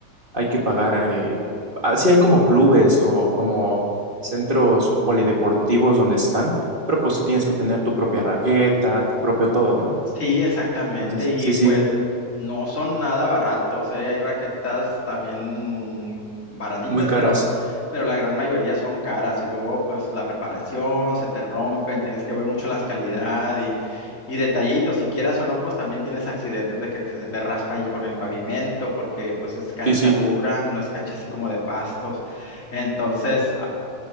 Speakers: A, on the right (about 30°); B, on the left (about 25°).
A: hay que pagar. Eh, así hay como
B: En-
A: clubes o como centros polideportivos donde están, pero pues tú tienes que tener tu propia raqueta, tu propio todo, ¿no?
B: Sí, exactamente.
A: Entonces,
B: Y
A: sí, sí,
B: pues no son nada baratos, ¿eh? Hay raquetas también baratitas,
A: muy caras.
B: pero, pero la gran mayoría son caras. Y luego, pues, la reparación, se te rompen, tienes que ver mucho las calidad y, y detallitos. Si quieras o no, pues también tienes accidentes de que te- se te raspa ahí con el pavimento, porque pues es cancha
A: Sí, sí.
B: dura, no es cancha así como de pastos. Entonces,